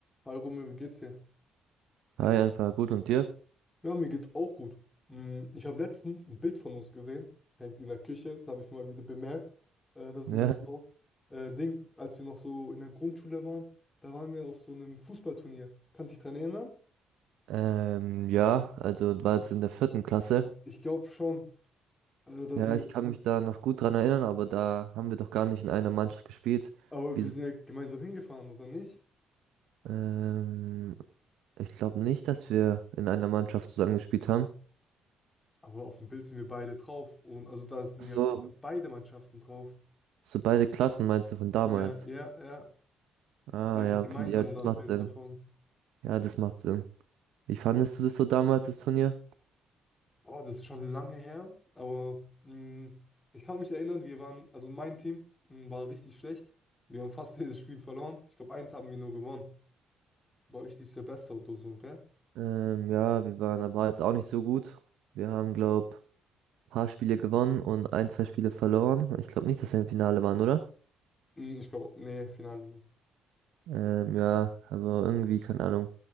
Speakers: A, on the left; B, on the right.
A: Hi Romeo, wie geht's dir?
B: Hi, einfach gut und dir?
A: Ja, mir geht's auch gut. Mm, Ich habe letztens ein Bild von uns gesehen, hängt in der Küche, das habe ich mal wieder bemerkt. Äh, da sind
B: Ja,
A: wir drauf. Äh, Ding, als wir noch so in der Grundschule waren, da waren wir auf so einem Fußballturnier. Kannst du dich dran erinnern?
B: ähm, ja, also war jetzt in der vierten Klasse.
A: Ich glaube schon. Äh, da
B: Ja,
A: sind
B: ich
A: wir,
B: kann mich da noch gut dran erinnern, aber da haben wir doch gar nicht in einer Mannschaft gespielt.
A: aber
B: Wieso?
A: wir sind ja gemeinsam hingefahren, oder nicht?
B: Ähm, ich glaube nicht, dass wir in einer Mannschaft zusammen gespielt haben.
A: Aber auf dem Bild sind wir beide drauf. Und also da sind
B: Ach
A: ja
B: So,
A: beide Mannschaften drauf.
B: so beide Klassen meinst du von damals?
A: Ja, ja, ja.
B: Ah,
A: Wir haben
B: ja,
A: gemeinsam
B: okay, ja, das
A: da ein
B: macht
A: Bild
B: Sinn.
A: davon.
B: Ja, das macht Sinn. Wie fandest du das so damals, das Turnier?
A: Oh, das ist schon lange her, aber mh, ich kann mich erinnern, wir waren, also mein Team mh, war richtig schlecht. Wir haben fast <laughs> jedes Spiel verloren. Ich glaube, eins haben wir nur gewonnen. Bei euch lief es ja besser oder so, gell?
B: Ähm, ja, wir waren aber jetzt auch nicht so gut. Wir haben, glaube paar Spiele gewonnen und ein, zwei Spiele verloren. Ich glaube nicht, dass wir im Finale waren, oder?
A: Mh, ich glaube, nee, Finale nicht.
B: Ähm, ja, aber irgendwie, keine Ahnung.